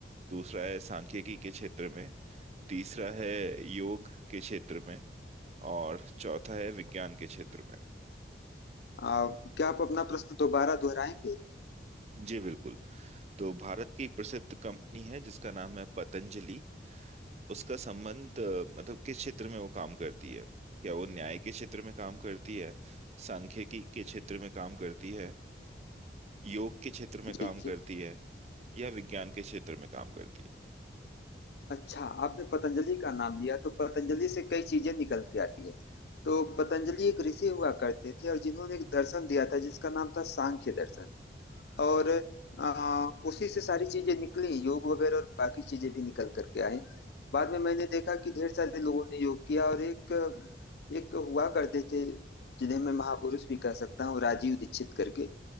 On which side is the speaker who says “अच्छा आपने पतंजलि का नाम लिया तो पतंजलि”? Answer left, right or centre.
Left